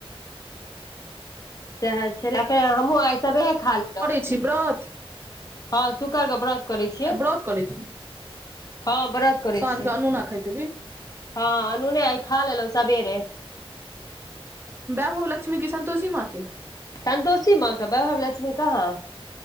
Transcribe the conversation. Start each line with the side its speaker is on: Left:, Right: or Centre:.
Left: सएह छलै कनी हमहुँ आई सबेरे खालेय
Right: छि ब्रत
Left: हँ शुकर के व्रत करै छियै
Right: व्रत करै छी
Left: हँ व्रत करै
Right: साँझ
Left: छियै
Right: क अनुना खाइत हेभही
Left: हँ अनूने आई खा लेलौं सबेरे
Right: वैभव लक्ष्मी की संतोषी माँ के
Left: संतोषी मा के वैभब लक्ष्मी कहाँ